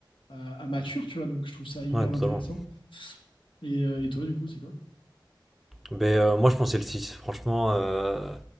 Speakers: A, on the left (about 85°); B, in the centre.
A: à- à mature, tu vois. Donc, je trouve ça hyper
B: ouais, totalement.
A: intéressant. Et, euh, et toi, du coup, c'est quoi?
B: ben euh, moi, je pensais le six Franchement, euh,